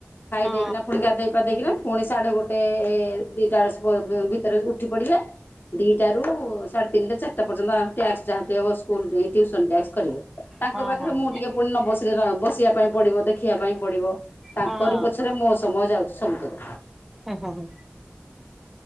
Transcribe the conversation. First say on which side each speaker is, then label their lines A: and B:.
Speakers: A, on the left; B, in the centre.
A: ଖାଇ
B: ହଁ
A: ଦେଇକିନା ଫୁଣି ଗାଧେଇ ଗାଧେଇକି ନା ପୁଣି ସାଢେ ଗୋଟେ ଦିଟା ଭିତରେ ଉଠି ପଡିବେ ଦିଇଟାରୁ ସାଢେ ତିନିଟା ଚାରିଟା ପର୍ଯ୍ୟନ୍ତ ଟ୍ୟାକ୍ସ ଯାହା ଥିବ ବସି ସ୍କୁଲ ଟିଉସନ ଟ୍ୟାକ୍ସ କରିବେ ତାଙ୍କ
B: ହଁ ହଁ
A: ପାଖରେ
B: ହଁ।
A: ମୁଁ ଟିକେ ପୁଣି ନ ବସିଲେ ବସିବା ପାଇଁ ପଡିବ ଦେଖିବା ପାଇଁ ପଡିବ ତାଙ୍କରି
B: ହଁ
A: ପଛରେ ମୋ ସମୟ ଯାଉଛି ସବୁତକ
B: ଓ ହୋ ହଁ